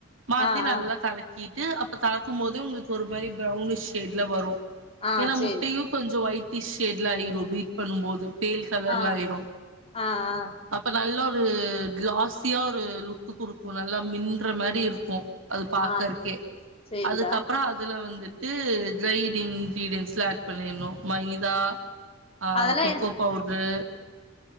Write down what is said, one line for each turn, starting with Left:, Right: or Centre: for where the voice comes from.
Right: மாத்தி
Left: ஆ,
Right: நல்லா
Left: ஆ,
Right: கல க்கிட்டு அப்ப கலக்கும் போதே உங்களுக்கு ஒரு மாரி ப்ரௌனிஷ் ஷேட்ல வரு
Left: ஆ
Right: ஏன்னா
Left: சரி.
Right: முட்டையு கொஞ்சோ ஒய்ட்டிஷ் ஷேட்ல ஆயிரு பீட் பண்ணும் போது பேல் கலர்ல
Left: ஆ,
Right: ஆயிரு
Left: ஆ, ஆ,
Right: அப்ப நல்ல ஒரு கிளாஸியா ஒரு லுக் குடுக்கு நல்லா மின்ற மாரி இருக்கு அது பாக்கறக்கே
Left: ஆ சரிடா.
Right: அதுக்கப்றோ அதுல வந்து ட்டு ட்ரை டி இன்க்ரிடியன்ஸ்லா ஆட் பண்ணிறனு மைதா அ
Left: அதெல்லாம்
Right: கொக்கோ
Left: எ
Right: பவுட்ர்ரு